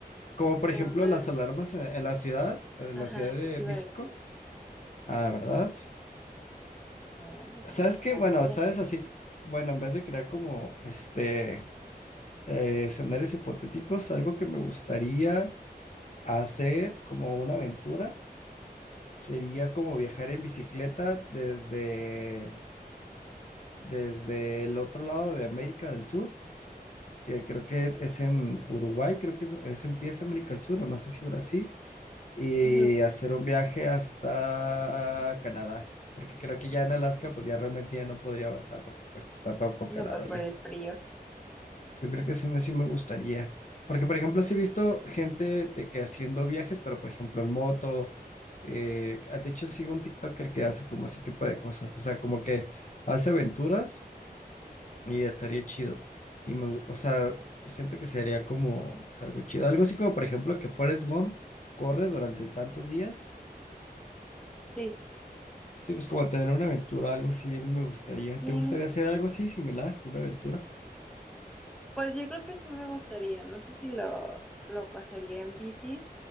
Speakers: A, on the left; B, in the centre.
A: como por
B: Como
A: ejemplo
B: una...
A: las alarmas en, en la ciudad, en
B: Ajá,
A: la Ciudad
B: eso
A: de
B: te iba
A: México.
B: a decir.
A: Ah, ¿verdad?
B: Ah, pues
A: ¿Sabes
B: ella
A: qué?
B: cambia.
A: Bueno, ¿sabes así? c- Bueno, en vez de crear como este eh, escenarios hipotéticos, algo que me gustaría hacer como una aventura sería como viajar en bicicleta desde desde el otro lado de América del Sur, que creo que es en Uruguay, creo que es, es- empieza América del Sur, o no sé si Brasil, y
B: Ujú.
A: hacer un viaje hasta Canadá, porque creo que ya en Alaska pues ya realmente ya no podría avanzar porque pues está todo congelado
B: No, pues
A: allá.
B: por el frío.
A: Yo creo que sí me, sí me gustaría, porque por ejemplo sí he visto gente de que haciendo viajes, pero por ejemplo en moto, eh, de hecho sigo un TikToker que hace como ese tipo de cosas, o sea, como que hace aventuras Y estaría chido. Y me, gu- o sea, siento que sería como pues, algo chido. Algo así como, por ejemplo, que Forrest Gump corre durante tantos días.
B: Sí.
A: Sí, pues como tener una aventura, algo así, a mí me gustaría.
B: Sí,
A: ¿Te gustaría hacer algo así similar? Una aventura.
B: Pues yo creo que sí me gustaría, no sé si lo, lo pasaría en bici,